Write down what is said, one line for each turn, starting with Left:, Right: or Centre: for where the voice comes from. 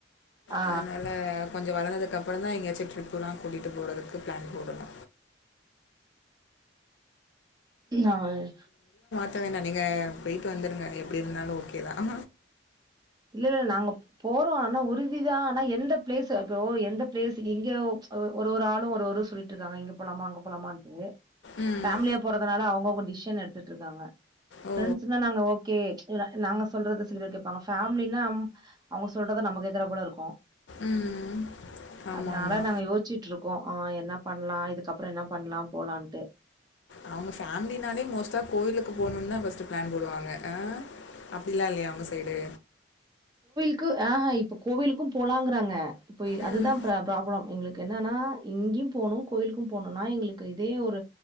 Right: ஆ
Left: அதனால கொஞ்சோ வளர்ந்தது கப்பறந்தா எங்கேயாச்சு ட்ரிப்புலா கூட்டிட்டு போறதுக்கு பிளான் போடணு
Right: அவள்
Left: த வேணா நீங்க போயிட்டு வந்துருங்க எப்டி இருந்தாலு ஓகேதா அஆ
Right: இல்லல்லல்ல நாங்க போறோ ஆனா உறுதிதா ஆனா எந்த பிளேஸ்சு இப்போ எந்த பிளேஸ்சு இங்யா ஹோப்ஸ் அ ஒரு ஒரு ஆளோ ஒரு ஒரு சொல்லிட்டுருக்காங்க இங்க போலாமா அங்க போலாமான்ட்டு
Left: ம்.
Right: ஃபேமிலியா போறதுனால அவுங்கவுங்க டி ஷன் எடுத்துட்ருக்காங்க
Left: ஓ!
Right: ஃப்ரெண்ட்ஸ்னா நாங்க ஓகே ச்ச வுர நாங்க சொல்றது சிலர் கேப்பாங்க ஃபேமிலினா அம் அவுங்க சொல்றத நம்ம கேக்குற போல இருக்கோ
Left: ம். ஆமா,
Right: அதனால
Left: ஆமா.
Right: நாங்க யோச்சிட்ருக் கோ ஆ என்ன பண்லா இதுக்கப்பற என்ன பண்லா போலான்ட்டு
Left: அவுங்க ஃபேமிலினாலே மோஸ்ட்டா கோயிலுக்கு போணுனு ஃபஸ்ட்டு பிளான் போடுவாங்க அப்டிலா இல்லயா உங்க சைட்டு
Right: க்கு அஆ இப்ப கோவிலுக்கு போலாங்கிறாங்க பொய் அதுதா
Left: ம்,
Right: பிரா பிராப்ளம் எங்ளுக்கு என்னென்னா இங்யு போனு கோயிலுக்கு போனுனா எங்ளுக்கு இதே ஒரு